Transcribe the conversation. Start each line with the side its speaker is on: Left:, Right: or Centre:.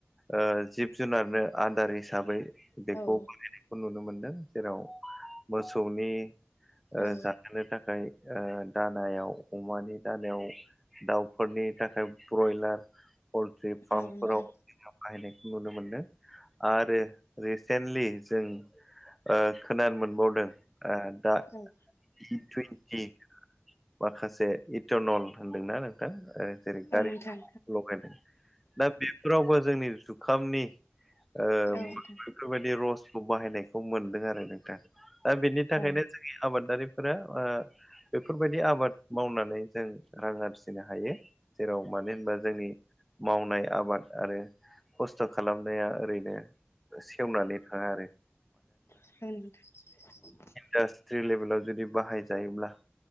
Centre: ओ जिब जुनारनो आदार हिसाबै बेखौ
Left: औ
Centre: बाहायनाय खौ नुनो मोनदों जेराव मोसौनि ओ
Left: औ
Centre: जाहोनो थाखाय ओ दानायाव अमानि दानायाव दाउफोरनि थाखाय ब्रयलार पलट्रि फार्मफोराव
Left: औ नोंथां
Centre: बाहायनायखौ नुनो मोनदों आरो रिसेन्टलि जों ओ खोनानो मोनबावदों ओ दा
Left: औ
Centre: इ टुन्टि माखासे इटनल होनदोंना नोंथां ओ जेरै गारि
Left: औ नोंथां
Centre: दा बेफोरावबो जोंनि जुखामनि ओ
Left: औ
Centre: बेफोरबायदि
Left: नोंथां
Centre: रसखौ बाहायनायखौ मोनदों आरो नोंथां दा बेनि थाखायनो
Left: औ
Centre: जोंनि आबादारिफोरा ओ बेफोरबायदि आबाद मावनानै जों रां आरजिनो हायो जेराव मानो होनबा जोंनि मावनाय आबाद आरो खस्थ' खालामनाया ओरैनो सेवनानै थाङा आरो
Left: उम
Centre: दा स्ट्रि लेभेलाव जुदि बाहायजायोब्ला